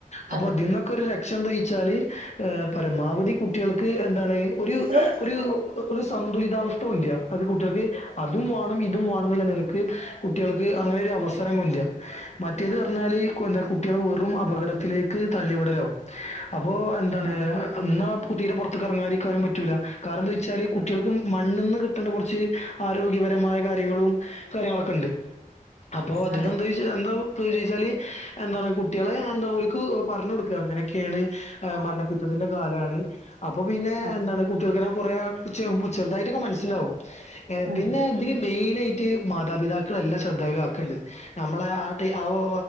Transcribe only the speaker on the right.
അതെ
അതെ
അതെ
അതെ
അതെ
ഉം.